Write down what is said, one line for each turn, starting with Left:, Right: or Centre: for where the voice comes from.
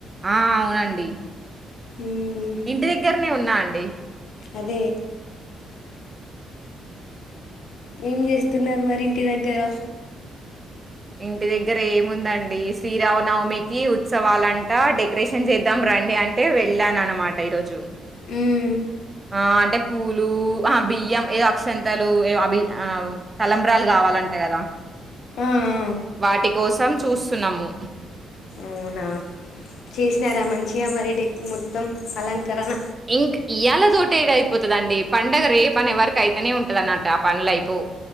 Right: ఆ అవునండి
Left: మ్మ్.
Right: ఇంటి దగ్గర్నే ఉన్నా అండి
Left: అదే ఏం చేస్తున్నారు మరి ఇంటి దగ్గర
Right: ఇంటి దగ్గర ఏముందండి శ్రీరామనవమికి ఉత్సవాలంటా డెకరేషన్ చేద్దాం రండి అంటే వెళ్ళాను అనమాట ఈరోజు
Left: మ్మ్
Right: ఆ అంటే పూలు ఆహా బియ్యం ఏ అక్ష్ తలు అభి ఆ తలంబ్రాలు కావాలంట కదా
Left: ఆ ఆ
Right: వాటి కోసం చూస్తున్నాము
Left: అవునా చేసినారా మంచిగా మరి డె మొత్తం అలంకరణ
Right: ఇంక్ ఇయల తోటి ఎడ అయిపోతుదండి పండగ రేపని ఎవరిక అయితేనే ఉంటంది అన్నట్ట ఆ పనుల అయిపో